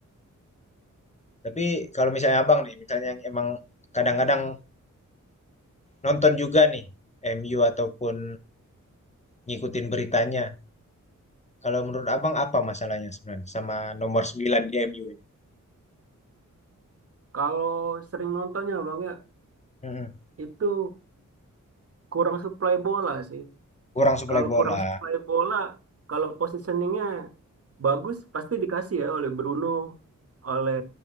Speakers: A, on the left (about 20°); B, on the right (about 50°).
A: Tapi kalau misalnya abang nih, misalnya yang emang kadang-kadang nonton juga nih MU ataupun ngikutin beritanya. Kalau menurut abang apa masalahnya sebenarnya sama nomor 9 di MU ini?
B: Kalau sering nontonnya Bang ya,
A: mm
B: itu kurang supply bola sih.
A: Kurang suplai
B: Kalau
A: bola.
B: kurang supply bola, kalau positioningnya bagus pasti dikasih ya oleh Bruno, oleh